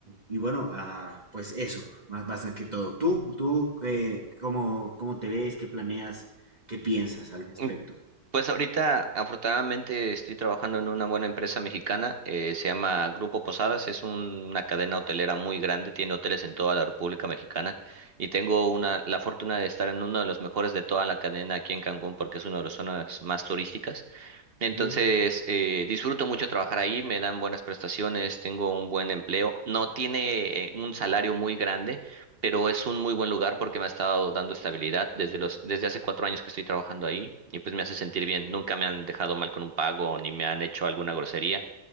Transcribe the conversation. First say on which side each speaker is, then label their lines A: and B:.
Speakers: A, on the right (about 25°); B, on the right (about 45°).
A: y bueno, ah, pues eso, más, más que todo. ¿Tú, tú qué- cómo, cómo te ves, qué planeas, qué piensas al respecto?
B: sí. Pues ahorita, afortunadamente, estoy trabajando en una buena empresa mexicana, eh, se llama Grupo Posadas, es un- una cadena hotelera muy grande, tiene hoteles en toda la República Mexicana y tengo una, la fortuna de estar en uno de los mejores de toda la cadena aquí en Cancún porque es una de las zonas más turísticas. Entonces,
A: Ujú,
B: eh, disfruto mucho trabajar ahí, me dan buenas prestaciones, tengo un buen empleo. No tiene eh, un salario muy grande, pero es un muy buen lugar porque me ha estado dando estabilidad desde los, desde hace cuatro años que estoy trabajando ahí y pues me hace sentir bien. Nunca me han dejado mal con un pago ni me han hecho alguna grosería.